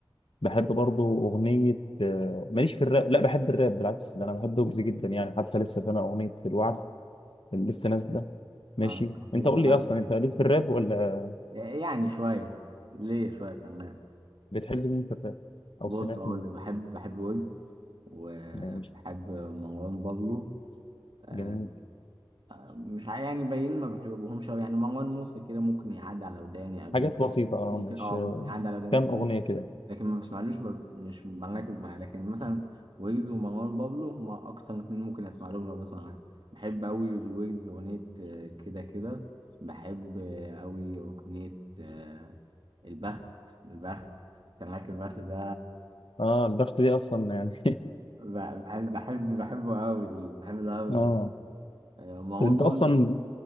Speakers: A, on the left (about 75°); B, on the right (about 65°).
A: بحب برضو أغنية آه، ماليش في الراب لا بحب الراب بالعكس ده أنا بحب ويجز جدا يعني حتى لسه سامع أغنية الوعد اللي لسه نازلة ماشي
B: اه في
A: أنت
B: الوعد
A: قول لي أصلا
B: كده
A: أنت ليك في الراب ولا
B: يعني شوية ليه شوية كمان
A: بتحب مين في الراب
B: بص
A: او سمعت
B: اقول
A: مين
B: لك بحب بحب ويجز وبحب
A: يعني
B: مروان بابلو آه،
A: جميل
B: مش عا- يعني باين ما بحبهمش أوي يعني مروان موسى كده ممكن يعدي على وداني ابي
A: حاجات
B: يوسف
A: بسيطه اه
B: ممكن
A: مش
B: اه ممكن يعدي على وداني
A: كام
B: لكن
A: اغنيه كده
B: لكن ما بسمعلوش ما- مش بركز معاه لكن مثلا ويجز ومروان بابلو هما أكتر اتنين ممكن أسمع لهم لو بسمع أغاني بحب أوي الويجز أغنية آه، كده كده بحب آه، أوي أغنية آه، البخت البخت تراك البخت ده
A: اه البخت دي اصلا يعني
B: ب- بحب بحب بحبه أوي بحب ده أوي
A: <laughs> اه
B: آه، مروان
A: طب انت
B: بابلو
A: اصلا